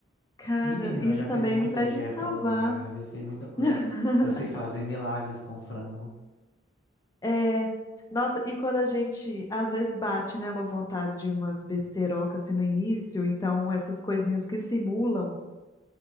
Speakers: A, on the left (about 20°); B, on the left (about 60°).
A: cara,
B: Ih, menina,
A: isso
B: eu já
A: também
B: fiz muita
A: vai
B: dieta
A: me salvar.
B: low carb, eu sei muita coisa.
A: <laughs>
B: Eu sei fazer milagres com frango.
A: É, nossa, e quando a gente às vezes bate, né, uma vontade de umas besterocas assim no início, então essas coisinhas que simulam